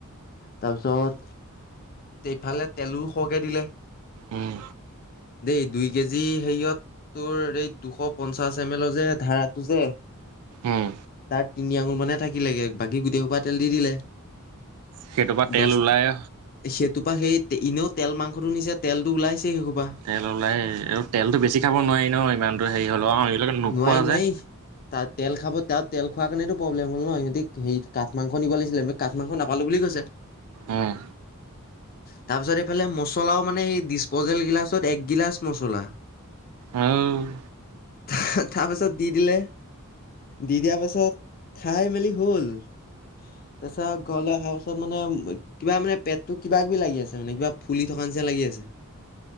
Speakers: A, on the left; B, on the right.
A: তাৰপিছত এইফালে তেলো সৰহকে দিলে
B: উম
A: দেই দুই কেজি হেৰিয়ত তোৰ এই দুশ পঞ্চাশ এম এলৰ যে ধাৰাটো যে। তাত
B: উম
A: তিনি আঙুৰ মানে থাকিলেগে বাকী গোটেই সোপা তেল দি দিলে।
B: সেইটোৰপা
A: দহ
B: তেল ওলায়।
A: সেইটোপা সেই এনেও তেল মাংসটো নিছে তেলটো ওলাইছে। সেইসোপা
B: তেল ওলাই আৰু তেলতো বেছি খাব নোৱাৰি নহৈ। হেৰি হ'ল এইিলে নোখোৱা
A: নোৱাৰি নোৱাৰি
B: যে।
A: তাত তেল খাব তাত তেল খোৱাৰ কাৰণো প্ৰব্লেম হল ন, সিহঁতি হ কাঠ মাংস নিব লাগিছিলে কাঠ মাংস নাপালো বুলি কৈছে।
B: উম
A: তাৰ পিছত এইফালে মচলাও মানে সেই ডিচপজল গিলাচত একগিলাচ মছলা।
B: উম উম উম
A: তাৰপিছত দি দিলে। দি দিয়া পিছত খাই মেলি হল তাৰপিছত ঘৰলে অহাৰ পাছত মানে কিবা মানে পেটটো কিবা-কিবি লাগি আছে মানে কিবা ফুলি থকা নিচ লাগি আছে,